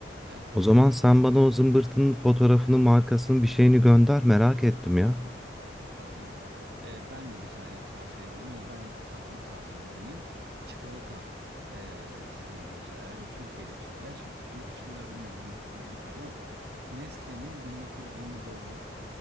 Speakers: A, on the right (about 60°); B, in the centre.
A: Evet
B: O
A: evet
B: zaman
A: evet.
B: sen bana o zımbırtının fotoğrafını markasını bir şeyini gönder merak ettim ya.
A: Atayım. atayım. Ee, ben de bir tane tavsiyede bulunuyorum. Yani ben de tatlı bir tavsiyede bulunayım. Çikolata e, seviliyorsa eğer ve Türkiye'de yaşıyor. Gerçi yurt dışında da bilmiyorum 1924 yok galiba ama Nestle'nin 1924'ü